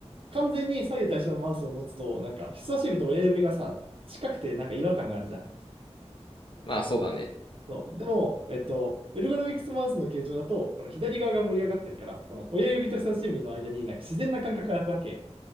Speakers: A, on the right; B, on the left.
A: 完全に左右対称のマウスを持つと、なんか、人差し指と親指がさ、近くてなんか違和感があるじゃん。
B: まあそうだね。
A: そう。でも、えっと、エルゴノミクスマウスの形状だと、この左側が盛り上がってるから、この親指と人差し指の間になんか自然な感覚が空くわけ。